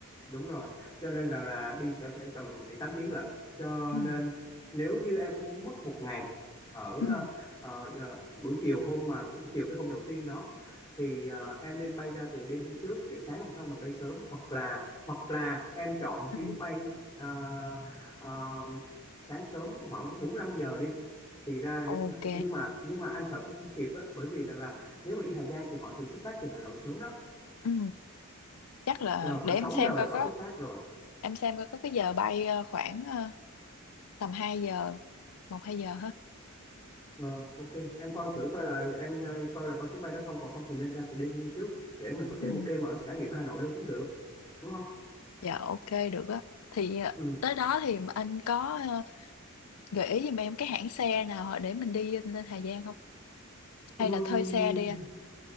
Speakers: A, on the left (about 15°); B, on the left (about 80°).
A: đúng rồi cho nên rằng là đi sẽ phải tầm 7 8 tiếng lận cho
B: ừ
A: nên nếu như em không muốn mất một ngày ở
B: ừ
A: ờ, ờ, ờ, buổi chiều hôm mà cái chiều cái hôm đầu tiên đó thì ờ, em nên bay ra từ đêm hôm trước để sáng hôm sau mình bay sớm hoặc là hoặc là em chọn
B: ừ
A: chuyến bay ờ, ờ, sáng sớm khoảng 4 5 giờ đi thì ra
B: ok
A: đến nhưng mà nhưng mà anh sợ cũng không kịp á bởi vì rằng là nếu mà đi Hà Giang thì họ thường xuất phát từ Hà Nội sớm lắm
B: Ừ, chắc là
A: Ờ, khoảng
B: để
A: 6
B: em xem
A: giờ
B: coi
A: là họ
B: có
A: xuất phát rồi
B: em xem coi có cái giờ bay ờ, khoảng ờ, tầm hai giờ một hai giờ hả
A: Ờ, ok em coi thử coi là em ờ, coi là có chuyến bay đó không còn không thì nên ra từ đêm luôn trước để mình có
B: ừ.
A: thể một đêm ở trải nghiệm Hà Nội luôn cũng được đúng không
B: dạ ok được á thì ờ,
A: ừ.
B: tới đó thì anh có ờ, gợi ý giùm em cái hãng xe nào để mình đi lên Hà Giang không hay
A: Ừm,
B: là thuê xe đi anh